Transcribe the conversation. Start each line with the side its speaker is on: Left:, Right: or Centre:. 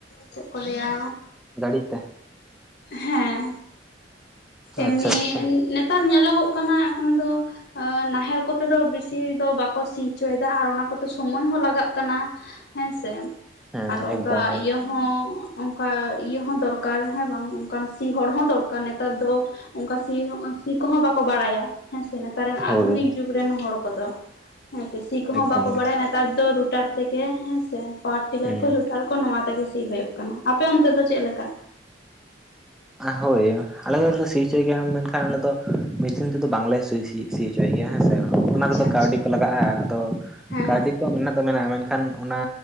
Left: ᱪᱮᱫ ᱠᱚ ᱞᱟᱹᱭᱟᱼᱼ
Centre: ᱫᱟᱲᱤ ᱛᱮ
Left: ᱦᱮᱸ ᱮᱢᱱᱤ
Centre: ᱟᱪᱪᱷᱟ ᱟᱪᱪᱷᱟ
Left: ᱱᱮᱛᱟᱨ ᱧᱮᱞᱚᱜᱚᱜ ᱠᱟᱱᱟ ᱮᱠᱷᱚᱱ ᱫᱚᱼᱼ ᱱᱟᱦᱮᱞ ᱠᱚᱛᱮ ᱫᱚ ᱵᱮᱥᱤ ᱫᱚ ᱵᱟᱠᱚ ᱥᱤ ᱦᱚᱪᱚᱭᱮᱫᱟ, ᱟᱨ ᱚᱱᱟ ᱠᱚᱛᱮ ᱥᱚᱢᱚᱭ ᱦᱚᱸ ᱞᱟᱜᱟᱜ ᱠᱟᱱᱟ᱾ ᱦᱮᱸᱥᱮ
Centre: ᱦᱮᱸ
Left: ᱟᱨ ᱚᱱᱠᱟ
Centre: ᱮᱠᱫᱚᱢ ᱜᱮ
Left: ᱤᱭᱟᱹ ᱦᱚᱸ ᱚᱱᱠᱟ ᱤᱭᱟᱹ ᱦᱚᱸ ᱫᱚᱨᱠᱟᱨ ᱦᱮᱸ ᱵᱟᱝ ᱚᱱᱠᱟᱱ ᱥᱤ ᱦᱚᱲ ᱦᱚᱸ ᱫᱚᱨᱠᱟᱨ ᱱᱮᱛᱟᱨ ᱫᱚ ᱚᱱᱠᱟ ᱥᱤ ᱥᱤ ᱠᱚᱦᱚᱸ ᱵᱟᱠᱚ ᱵᱟᱲᱟᱭᱟ ᱦᱮᱸᱥᱮ ᱱᱮᱛᱟᱨ ᱨᱮᱱ
Centre: ᱦᱳᱭ
Left: ᱟᱫᱷᱩᱱᱤᱠ ᱡᱩᱜᱽᱼᱼ ᱟᱹᱛᱩ ᱨᱮᱱ ᱦᱚᱲ ᱠᱚᱫᱚ ᱦᱮᱸ ᱥᱮ ᱥᱤ ᱠᱚᱦᱚᱸ
Centre: ᱮᱠᱫᱚᱢ
Left: ᱵᱟᱠᱚ
Centre: ᱜᱮ
Left: ᱵᱟᱲᱟᱭᱟ ᱱᱮᱛᱟᱨ ᱫᱚ ᱨᱩᱴᱟᱨ ᱛᱮᱜᱮ ᱦᱮᱸᱥᱮ ᱯᱟᱣᱟᱨ ᱴᱤᱞᱟᱨ
Centre: ᱦᱮᱸ
Left: ᱠᱚ ᱞᱳᱴᱟᱨ ᱠᱚ ᱱᱚᱣᱟ ᱛᱮᱜᱮ ᱥᱤ ᱦᱩᱭᱩᱜ ᱠᱟᱱᱟ ᱟᱯᱮ ᱚᱱᱛᱮ ᱫᱚ ᱪᱮᱫ ᱞᱮᱠᱟ
Centre: ᱦᱳᱭ ᱟᱞᱮ ᱫᱚ ᱥᱤ ᱦᱚᱪᱚᱭ ᱜᱮᱭᱟ ᱢᱮᱱᱠᱷᱟᱱ ᱟᱞᱮ ᱫᱚ ᱢᱤᱥᱤᱱ ᱛᱮᱫᱚ ᱵᱟᱝᱞᱮ ᱥᱤᱼᱼ ᱥᱤ ᱥᱤ ᱦᱚᱪᱚᱭ ᱜᱮᱭᱟ ᱦᱮᱸᱥᱮ ᱾ ᱚᱱᱟ
Left: ᱟᱪᱪᱷᱟ
Centre: ᱨᱮᱫᱚ
Left: ᱟᱪᱪᱷᱟ
Centre: ᱠᱟᱹᱣᱰᱤ ᱠᱚ ᱞᱟᱜᱟᱜᱼᱟ ᱾ ᱟᱫᱚ
Left: ᱦᱮᱸ
Centre: ᱠᱟᱹᱣᱰᱤ ᱠᱚ ᱢᱮᱱᱟᱜ ᱫᱚ ᱢᱮᱱᱟᱜᱼᱟ ᱢᱮᱱᱠᱷᱟᱱᱼᱼ ᱠᱷᱟᱱ ᱚᱱᱟ